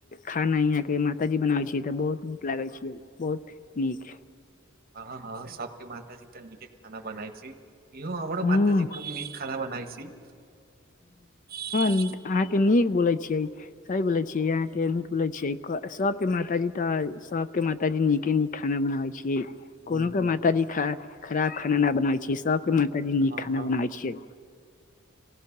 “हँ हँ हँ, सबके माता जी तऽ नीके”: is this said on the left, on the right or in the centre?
Right